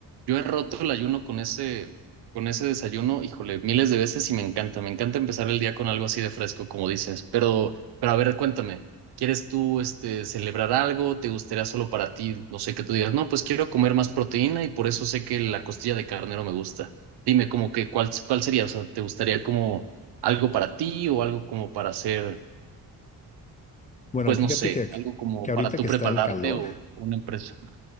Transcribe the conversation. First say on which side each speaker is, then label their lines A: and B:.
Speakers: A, on the right; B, on the left.
A: yo he roto el ayuno con ese, con ese desayuno, híjole, miles de veces y me encanta. Me encanta empezar el día con algo así de fresco, como dices. Pero, pero a ver, cuéntame. ¿Quieres tú este, celebrar algo? ¿Te gustaría solo para ti? No sé, que tú digas, no, pues quiero comer más proteína y por eso sé que la costilla de carnero me gusta. Dime, como que, ¿cuál, cuál sería? O sea, ¿te gustaría como algo para ti o algo como para hacer,
B: Bueno,
A: pues
B: fíjate
A: no sé,
B: que,
A: algo como
B: que ahorita
A: para tú
B: que
A: prepararte
B: está el calor,
A: o una empresa?